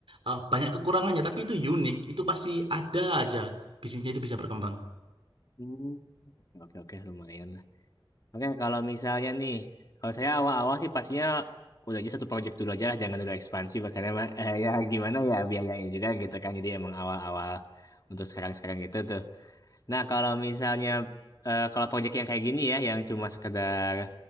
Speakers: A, on the right; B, on the left.
A: eh, banyak kekurangannya, tapi itu unik. Itu pasti ada aja bisnisnya itu bisa berkembang.
B: Hmm. Oke, oke, oke, lumayan lah. Oke, kalau misalnya nih, kalau saya awal-awal sih pastinya udah aja satu project dulu aja lah, jangan dulu ekspansi, makanya mah, eh, ya gimana ya biayanya juga gitu kan. Jadi emang awal-awal untuk sekarang-sekarang gitu tuh. Nah, kalau misalnya eh, kalau project yang kayak gini ya, yang cuma sekedar